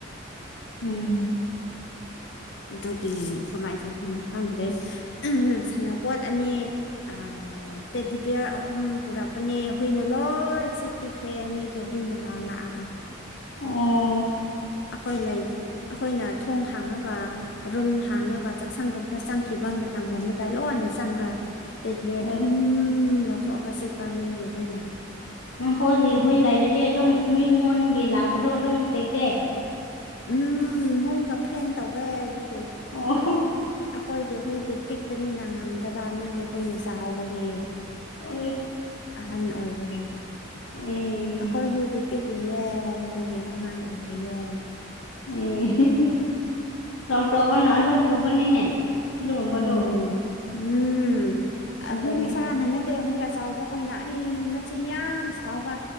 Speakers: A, on the left (about 90°); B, on the left (about 55°).
A: ꯎꯝ
B: ꯑꯗꯨꯒꯤ ꯀꯃꯥꯏꯟ ꯇꯧꯗꯣꯏꯅꯣ ꯈꯪꯗ꯭ꯔꯦ ꯎꯝꯍꯨꯝ ꯁꯥꯟꯅꯄꯣꯠ ꯑꯅꯤ ꯑꯥ ꯑꯣ ꯇꯦꯗꯤ ꯕꯤꯌꯥꯔ ꯑꯍꯨꯝ ꯄꯨꯔꯛꯄꯅꯦ ꯍꯨꯏꯅ ꯂꯣꯏ ꯆꯤꯛꯄꯤꯈ꯭ꯔꯦ ꯃꯤꯒꯤ ꯍꯨꯏꯅ ꯂꯥꯛ ꯂꯥꯛꯑꯒ
A: ꯑꯣ
B: ꯑꯈꯣꯏ ꯂꯩ ꯑꯈꯣꯏꯅ ꯊꯣꯡ ꯍꯥꯡꯉꯒ ꯔꯨꯝ ꯍꯥꯡꯉꯒ ꯆꯥꯛꯁꯪꯒꯨꯝꯕ ꯆꯪꯈꯤꯕ ꯃꯇꯝꯒꯨꯝꯕꯗ ꯂꯣꯟꯅ ꯆꯪꯉ ꯇꯦꯛꯕꯤꯌꯔꯗ
A: ꯑꯣ
B: ꯍꯨꯝ ꯂꯧꯊꯣꯛꯑꯒ ꯆꯤꯛꯄ ꯃꯤꯒꯤ ꯍꯨꯏꯅ
A: ꯃꯍꯣꯏꯒꯤ ꯍꯨꯏ ꯂꯩꯔꯗꯤ ꯑꯗꯨꯝ ꯃꯤꯉꯣꯟꯒꯤ ꯂꯥꯛꯄꯗꯣ ꯑꯗꯨꯝ ꯆꯤꯛꯇꯦ
B: ꯎꯝ ꯃꯣꯏꯒ ꯐ꯭ꯔꯦꯟ ꯇꯧꯋꯦ ꯑꯗꯨꯒꯤ
A: ꯑꯣ
B: ꯈꯣꯏꯒꯤ ꯍꯨꯏꯗꯤ ꯄꯤꯛꯄꯅꯤꯅ ꯉꯝꯗꯕ ꯃꯤꯒꯤ ꯍꯨꯏꯅ ꯆꯥꯎꯕꯒꯤ
A: ꯑꯣꯏꯁ
B: ꯑꯍꯟ ꯑꯣꯏꯕꯒꯤ
A: ꯑꯦ
B: ꯑꯈꯣꯏ ꯍꯨꯏꯗꯤ ꯄꯤꯛꯂꯤꯑꯦ ꯑꯗꯨꯒꯤ ꯑꯉꯥꯡ ꯑꯣꯏꯔꯤꯌꯦ
A: ꯑꯦ ꯍꯦꯍꯦ ꯆꯥꯎ ꯆꯥꯎꯕꯅ ꯑꯗꯨꯝ ꯄꯨꯕꯅꯤꯅꯦ ꯑꯗꯨꯒꯨꯝꯕꯗꯣ
B: ꯎꯝ ꯎꯝ ꯑ
A: ꯂꯣꯏꯔꯦꯍꯦ
B: ꯍꯨꯏ ꯃꯆꯥꯅ ꯅꯠ ꯇꯦ ꯍꯨꯏ ꯑꯆꯧꯕꯈꯣꯏꯅ ꯑꯩ ꯃꯆꯤꯟ ꯌꯥꯝ ꯁꯥꯎꯕ